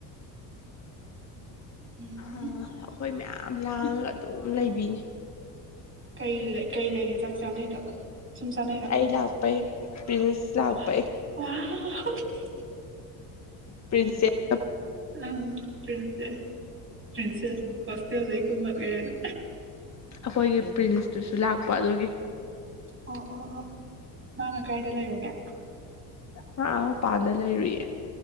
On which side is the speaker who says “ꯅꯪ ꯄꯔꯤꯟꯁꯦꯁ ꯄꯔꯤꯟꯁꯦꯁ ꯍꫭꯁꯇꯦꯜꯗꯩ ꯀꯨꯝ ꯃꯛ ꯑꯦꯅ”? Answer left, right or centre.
Right